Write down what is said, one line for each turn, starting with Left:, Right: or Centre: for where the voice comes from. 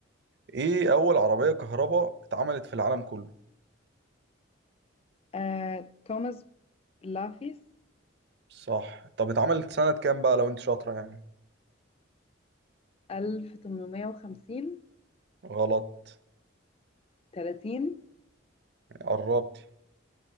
Right: ايه اول عربيه كهرباء اتعملت في العالم كله
Left: آه توماس لافيس
Right: صح طب اتعملت سنة كام بقى لو انت شاطرة يعني
Left: 1850
Right: غلط
Left: 30
Right: قربتي